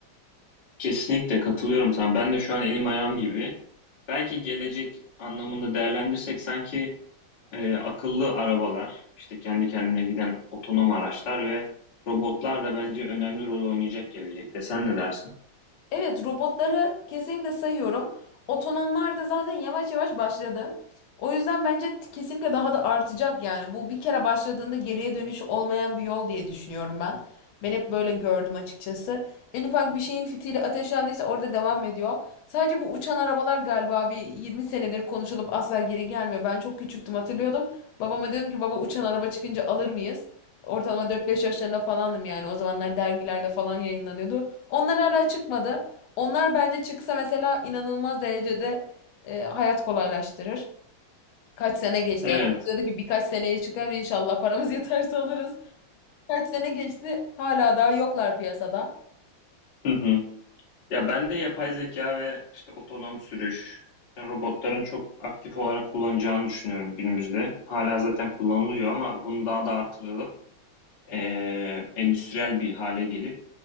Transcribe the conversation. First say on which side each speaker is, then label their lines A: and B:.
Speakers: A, on the left; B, on the left.
A: Kesinlikle katılıyorum sana. Ben de şu an elim ayağım gibi. Belki gelecek anlamında değerlendirsek sanki e, akıllı arabalar, işte kendi kendine giden otonom araçlar ve robotlar da bence önemli rol oynayacak gelecekte. Sen ne dersin?
B: Evet, robotları kesinlikle sayıyorum. Otonomlar da zaten yavaş yavaş başladı. O yüzden bence t- kesinlikle daha da artacak yani. Bu bir kere başladığında geriye dönüş olmayan bir yol diye düşünüyorum ben. Ben hep böyle gördüm açıkçası. En ufak bir şeyin fitili ateşlendiyse orada devam ediyor. Sadece bu uçan arabalar galiba bir 20 senedir konuşulup asla geri gelmiyor. Ben çok küçüktüm hatırlıyordum. Babama dedim ki baba uçan araba çıkınca alır mıyız? Ortalama 4-5 yaşlarında falandım yani. O zamanlar dergilerde falan yayınlanıyordu. Onlar hala çıkmadı. Onlar bence çıksa mesela inanılmaz derecede e, hayat kolaylaştırır. Kaç sene geçti
A: Evet.
B: yani. Umut Diyordu ki birkaç seneye çıkar inşallah paramız <laughs> yeterse alırız. Kaç sene geçti hala daha yoklar piyasada.
A: <laughs> Ya ben de yapay zeka ve işte otonom sürüş, robotların çok aktif olarak kullanacağını düşünüyorum günümüzde. Hala zaten kullanılıyor ama bunu daha da artırılıp eee, endüstriyel bir hale gelip